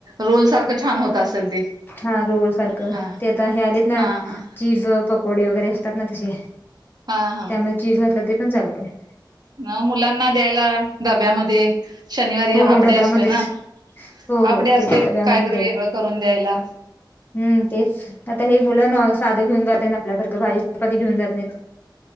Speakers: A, on the right (about 55°); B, on the left (about 25°).
A: रोल सारखं छान होत असेल ते?
B: हा रोल सारखं
A: हा
B: ते आता हे आलेत ना
A: हा हा
B: चिझ पकोडे वगैरे असतातना तसे
A: हा हा
B: त्यामध्ये चीज घातलं तरी पण चालतय.
A: नव्ह मुलांना द्यायला डब्यामध्ये शनिवारी
B: हो,
A: हाफ
B: हो
A: डे
B: डब्यामध्येच.
A: असतोय ना
B: हो,
A: हाफ
B: हो
A: डे असतोय
B: ते डब्यामध्ये
A: कायतरी वेगळं करून द्यायला.
B: हम् तेच आता हे मुलं न साधं घेऊन जात नाही आपल्यासारखं भाजी चपाती घेऊन जात नाहीत.